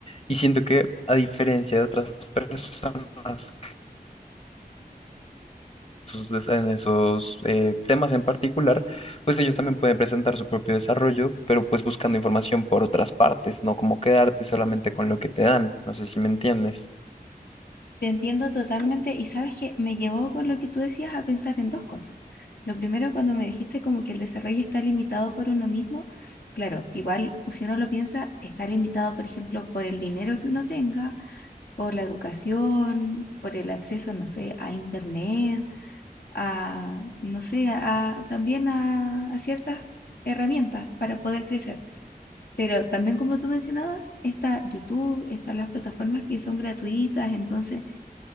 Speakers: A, on the left; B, on the left.
A: Y siento que a diferencia de otras personas esos, des- en esos eh, temas en particular, pues ellos también pueden presentar su propio desarrollo, pero pues buscando información por otras partes, no como quedarte solamente con lo que te dan. No sé si me entiendes.
B: Te entiendo totalmente y sabes que me llevó con lo que tú decías a pensar en dos cosas. Lo primero, cuando me dijiste como que el desarrollo está limitado por uno mismo, claro, igual si uno lo piensa, está limitado, por ejemplo, por el dinero que uno tenga, por la educación, por el acceso, no sé, a internet, a, no sé, a, también a, a ciertas herramientas para poder crecer. Pero también, como tú mencionabas, está YouTube, están las plataformas que son gratuitas, entonces